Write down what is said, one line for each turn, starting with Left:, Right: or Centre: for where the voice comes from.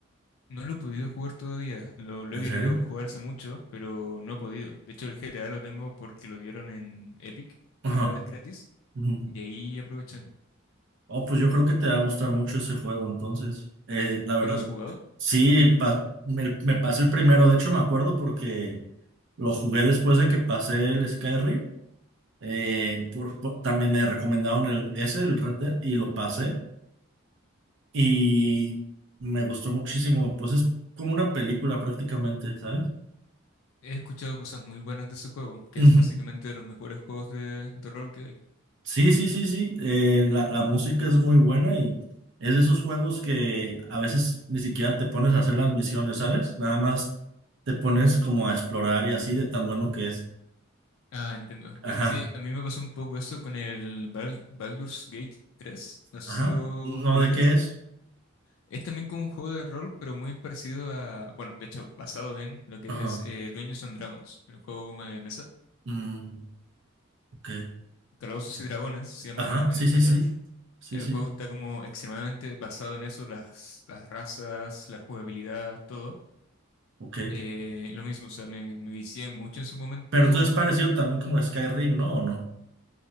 Left: No lo he podido jugar todavía. Lo, lo
Right: ¿En
Left: he querido
Right: serio?
Left: jugar hace mucho, pero no he podido. De hecho, el GTA lo tengo porque lo dieron en Epic
Right: Ajá.
Left: una vez gratis
Right: ujú.
Left: y ahí aproveché.
Right: Oh, pues yo creo que te va a gustar mucho ese juego, entonces. Eh, la verdad,
Left: ¿Tú lo has jugado?
Right: sí, pa- me, me pasé el primero, de hecho me acuerdo porque lo jugué después de que pasé el Skyrim. Eh, por- por- también me recomendaron el, ese, el Red Dead, y lo pasé. Y me gustó muchísimo. Pues es como una película prácticamente, ¿sabes?
Left: He escuchado cosas muy buenas de ese juego, que
Right: Ujú.
Left: es básicamente de los mejores juegos de, de rol que hay.
Right: Sí, sí, sí, sí. eh, la, la música es muy buena y es de esos juegos que a veces ni siquiera te pones a hacer las misiones, ¿sabes? Nada más te pones como a explorar y así de tan bueno que es.
Left: Ah, entiendo.
Right: Ajá,
Left: Sí, a mí me pasó un poco eso con el Bal- Baldur's Gate 3. No sé
Right: ajá.
Left: si lo,
Right: ¿No
Left: lo ubicas.
Right: de qué es?
Left: Es también como un juego de rol, pero muy parecido a, bueno, de hecho, basado en lo que
Right: Ajá.
Left: es eh, Dungeons and Dragons, el juego como de mesa.
Right: Mm, ok.
Left: Calabozos y Dragones se llama
Right: Ajá,
Left: en
Right: sí,
Left: español.
Right: sí, sí. Sí,
Left: El
Right: sí,
Left: juego
Right: sí.
Left: está como extremadamente basado en eso, las, las razas, la jugabilidad, todo.
Right: Ok.
Left: Eh, lo mismo, o sea, me, me vicié mucho en su momento
Right: Pero entonces es parecido también como Skyrim, ¿no? ¿O no?